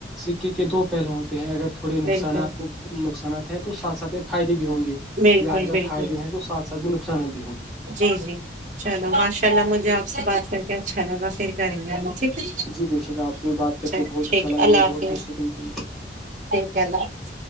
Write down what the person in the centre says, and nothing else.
سکے کے دو پہلو ہوتے ہیں اگر تھوڑے نقصانات
نقصانات ہیں تو ساتھ ساتھ میں فائدے بھی ہوں گے
یا اگر
فائدے ہیں تو ساتھ ساتھ میں نقصانات بھی ہوں گے
جی بے شک آپ سے بھی بات کر
کے بہت
اچھا لگا
اور بہت
کچھ سیکھنے